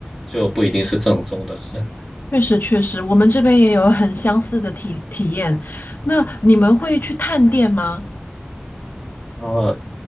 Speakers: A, in the centre; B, on the left.
A: 就不一定是正宗的。<laughs>
B: 确实，确实，我们这边也有很相似的体体验。那你们会去探店吗？
A: 呃，